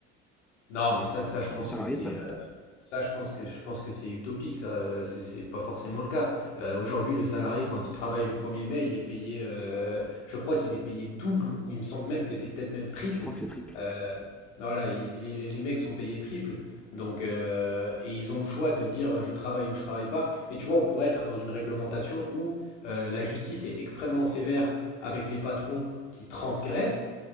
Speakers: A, on the left; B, in the centre.
A: non, mais ça, ça, je pense
B: les salariés
A: que c'est
B: de ça
A: euh,
B: plutôt.
A: Ça, je pense que je pense que c'est utopique, ça, euh, c'est c'est pas forcément le cas. Euh, aujourd'hui, le salarié, quand il travaille le premier mai, il est payé, euh, je crois qu'il est payé double, ou il me semble même que c'est peut-être même triple.
B: Je crois que c'est triple.
A: Euh, ben voilà, ils- les, les- les mecs sont payés triple, donc euh, et ils ont le choix de dire euh, je travaille ou je travaille pas. Mais tu vois, on pourrait être dans une réglementation où euh, la justice est extrêmement sévère avec les patrons qui transgressent,